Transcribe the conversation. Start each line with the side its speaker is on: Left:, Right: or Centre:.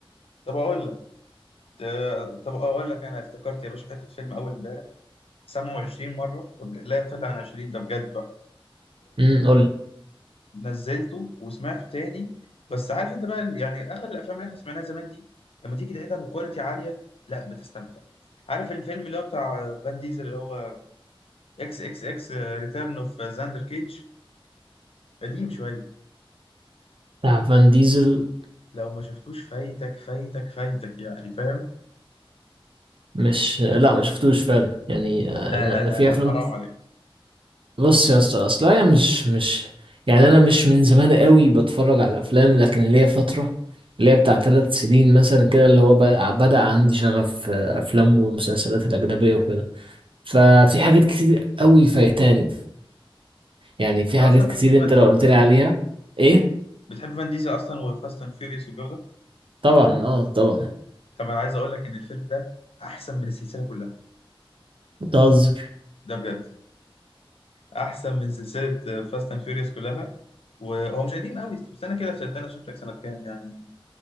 Left: طب أقول لك آه، طب أقول لك أنا افتكرت يا باشا حتة فيلم أول إمبارح سمعه 20 مرة ده بج- لا يقل عن 20 ده بجد بقى
Right: امم قول
Left: ونزلته وسمعته تاني بس عارف أنت بقى يعني أغلب الأفلام اللي إحنا سمعناها زمان دي لما تيجي تعيدها بكواليتي عالية لا بتستمتع عارف الفيلم اللي هو بتاع فان ديزل اللي هو اكس اكس اكس ريتيرن اوف زاندر كيج قديم شوية
Right: بتاع فان ديزل
Left: لو ما شفتوش فايتك فايتك فايتك يعني فاهم
Right: مش لا ما شفتوش فعلا يعني آه،
Left: لا
Right: انا
Left: لا
Right: أنا
Left: لا
Right: في
Left: لا
Right: افلام
Left: حرام عليك
Right: بص يا اسطى اصل انا مش مش يعني انا مش من زمان قوي بتفرج على افلام لكن ليا فتره اللي هي بتاع ثلاث سنين مثلا كده اللي هو بقى- بدأ عندي شغف آه، افلام والمسلسلات الاجنبيه وكده ففي حاجات كتير قوي فايتاني يعني في
Left: انت
Right: حاجات
Left: اصلا
Right: كتير
Left: بتحب
Right: انت
Left: فان ديزل
Right: لو قلت لي عليها ايه
Left: بتحب فان ديزل اصلا وفاست اند فيوريوس والجو ده
Right: طبعا اه طبعا
Left: طب انا عايز اقول لك ان الفيلم ده احسن من السلسله كلها
Right: بتهزر
Left: ده بجد احسن من سلسله فاست اند فيوريوس كلها وهو مش قديم قوي طب استنى كده شدان اشوف لك سنه كام يعني